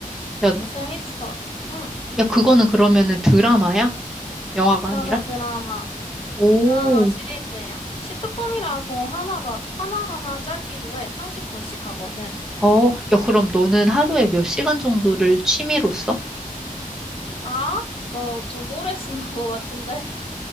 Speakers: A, in the centre; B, on the left (about 40°).
A: 야, 나-
B: 재밌어. 응,
A: 야, 그거는 그러면은 드라마야? 영화가 아니라?
B: 맞아, 드라마.
A: 오,
B: 드라마 시리즈야. 시트콤이라서 하나가, 하나하나 짧기도 해. 30분씩 하거든.
A: 어, 야, 그럼 너는 하루에 몇 시간 정도를 취미로 써?
B: 나? 너 좀 오래 쓰는 것 같은데?